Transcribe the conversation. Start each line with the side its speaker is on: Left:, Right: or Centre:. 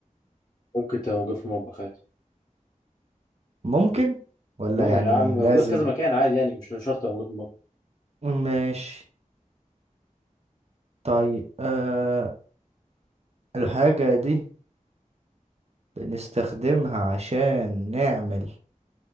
Left: ممكن تبقى موجود في المطبخ عادي
Right: ممكن ولا
Left: مو
Right: يعني
Left: يعني عم- موجود
Right: لازم
Left: في كذا مكان عادي يعني مش شرط تبقى موجود في المطبخ
Right: ماشي طيب آه الحاجة دي بنستخدمها عشان نعمل